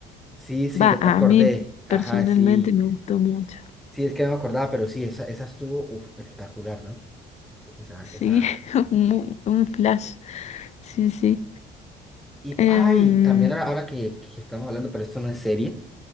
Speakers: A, in the centre; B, on the left.
A: sí, sí,
B: Va,
A: ya
B: a
A: me acordé,
B: mí
A: ajá,
B: personalmente
A: sí,
B: me gustó mucho.
A: sí, es que no me acordaba, pero sí, esa, esa estuvo uf, espectacular, ¿no? Sí, Esa,
B: Sí,
A: esa.
B: <laughs> un, un flash. Sí, sí.
A: Y,
B: Em,
A: ay, también ahora ahora que, que estamos hablando, pero esto no es serie.